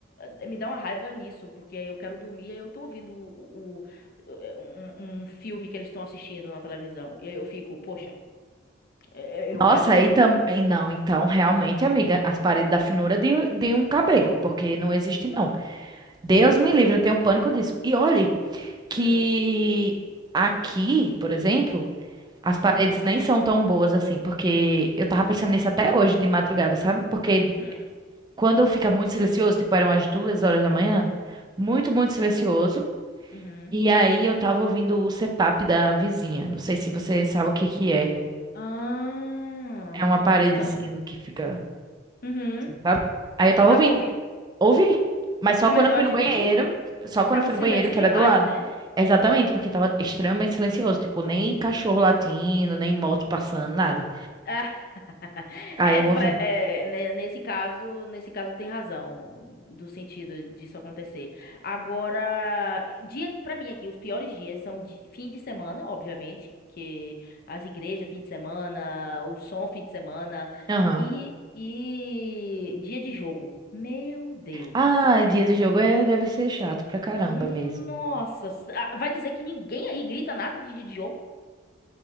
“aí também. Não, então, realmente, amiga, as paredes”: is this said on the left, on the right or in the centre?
Right